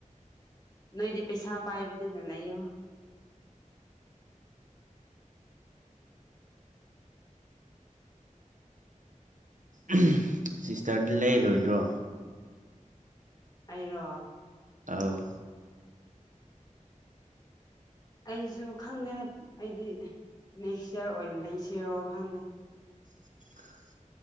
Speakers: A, on the left; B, on the right.
A: ꯅꯣꯏꯗꯤ ꯄꯩꯁꯥ ꯄꯥꯏꯕꯗꯨꯅ ꯂꯩꯌꯣ
B: ꯎꯍꯨꯝ ꯁꯤꯁꯇꯔꯗꯤ ꯂꯩꯔꯣꯏꯗ꯭ꯔꯣ
A: ꯑꯩꯔꯣ
B: ꯑꯥꯎ
A: ꯑꯩꯁꯨ ꯈꯪꯗꯦꯅꯦ ꯑꯩꯗꯤ ꯅꯦꯛꯁꯌꯔ ꯑꯣꯏꯅ ꯂꯩꯁꯤꯔꯣ ꯈꯪꯗꯦ
B: <inaudible>